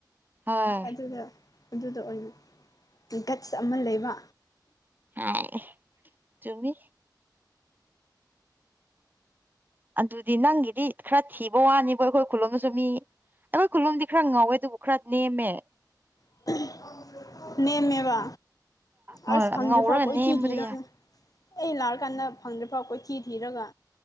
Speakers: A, on the right; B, on the left.
A: ꯍꯣꯏ
B: ꯑꯗꯨꯗ ꯑꯗꯨꯗ ꯑꯣꯏꯅ ꯒꯠꯁ ꯑꯃ ꯂꯩꯕ
A: ꯍꯥꯏ ꯆꯨꯝꯃꯤ ꯑꯗꯨꯗꯤ ꯅꯪꯒꯤꯗꯤ ꯈꯔ ꯊꯤꯕ ꯋꯥꯅꯤꯕꯣ ꯑꯩꯈꯣꯏ ꯈꯨꯜ ꯂꯣꯝꯗꯁꯨ ꯃꯤ ꯑꯩꯈꯣꯏ ꯈꯨꯜ ꯂꯣꯝꯗꯤ ꯈꯔ ꯉꯧꯋꯦ ꯑꯗꯨꯕꯨ ꯈꯔ ꯅꯦꯝꯃꯦ
B: <unintelligible> ꯅꯦꯝꯃꯦꯕ
A: ꯍꯣꯏ
B: ꯑꯁ ꯐꯪꯗ꯭ꯔꯤꯐꯥꯎ
A: ꯉꯧꯔꯒ
B: ꯀꯣꯏꯊꯤ
A: ꯅꯦꯝꯕꯗꯤ
B: ꯊꯤꯗꯧꯅꯤ
A: ꯌꯥꯝ
B: ꯑꯩ ꯂꯥꯛꯑꯀꯥꯟꯗ ꯐꯪꯗ꯭ꯔꯤꯐꯥꯎ ꯀꯣꯏꯊꯤ ꯊꯤꯔꯒ